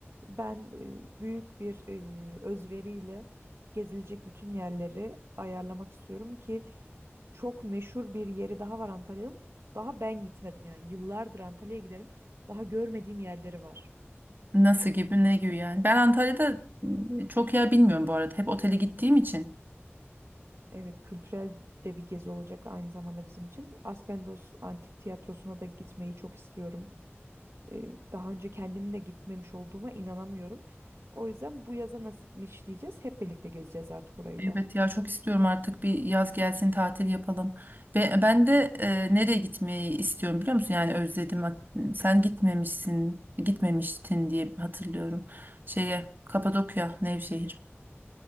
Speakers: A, on the right (about 65°); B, on the right (about 45°).
A: ben e, büyük bir e, özveriyle gezilecek bütün yerleri ayarlamak istiyorum ki çok meşhur bir yeri daha var Antalya'nın. Daha ben gitmedim yani yıllardır Antalya'ya giderim. Daha görmediğim yerleri var.
B: Nasıl gibi ne gibi yani. Ben Antalya'da e, çok yer bilmiyorum bu arada. Hep otele gittiğim için.
A: Evet kültürel de bir gezi olacak aynı zamanda bizim için. Aspendos Antik Tiyatrosu'na da gitmeyi çok istiyorum. e, daha önce kendim de gitmemiş olduğuma inanamıyorum. O yüzden bu yaza nasipmiş diyeceğiz. Hep birlikte gezeceğiz artık orayı
B: Evet
A: da.
B: ya çok istiyorum artık bir yaz gelsin tatil yapalım. Ve ben de e, nereye gitmeyi istiyorum biliyor musun? Yani özledim. Hat- Sen gitmemişsin, gitmemiştin diye hatırlıyorum. Şeye Kapadokya, Nevşehir.